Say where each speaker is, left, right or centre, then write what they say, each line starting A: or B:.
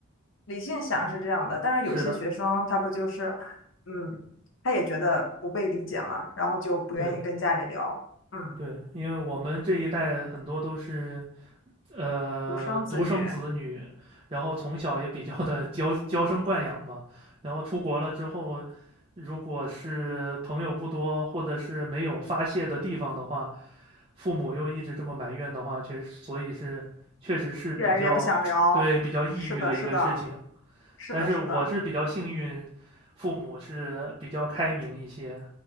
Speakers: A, on the left; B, on the right.
A: 理性想是这样的，但是有些学生他不就是，
B: 是的，
A: 嗯，他也觉得不被理解嘛，然后就不愿意跟家里聊，
B: 对的。
A: 嗯。
B: 对，因为我们这一代很多都是，呃，
A: 独生子女，
B: 独生子女，然后从小也比较的娇娇生惯养吧，然后出国了之后，如果是朋友不多，或者是没有发泄的地方的话，父母又一直这么埋怨的话，确实，所以是确实是比较
A: 越来越不想聊。
B: <tsk>，对，比较抑郁的一个事情。
A: 是的，是的，是的，
B: 但是我是比较幸运，
A: 是的，
B: 父母是比较开明一些。